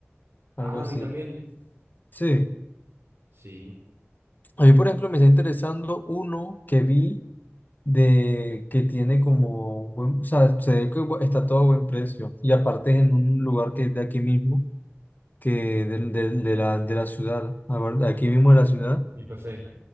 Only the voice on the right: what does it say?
Ah, a
mí también.
Sí,
mi pasé.